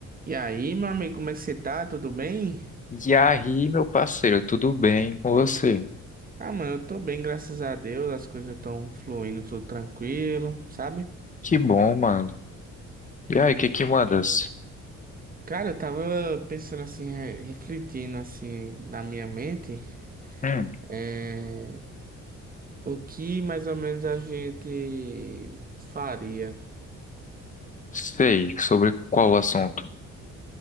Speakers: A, on the right; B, on the left.
A: E aí, meu amigo, como é que você tá? Tudo bem?
B: E aí, meu parceiro, tudo bem com você?
A: Ah, mano, eu tô bem, graças a Deus. As coisas estão fluindo, tudo tranquilo, sabe?
B: Que bom, mano. E aí, o que que mandas?
A: Cara, eu tava pensando assim, re- refletindo assim na minha mente,
B: Hum,
A: é, o que mais ou menos a gente faria
B: sei, sobre qual assunto?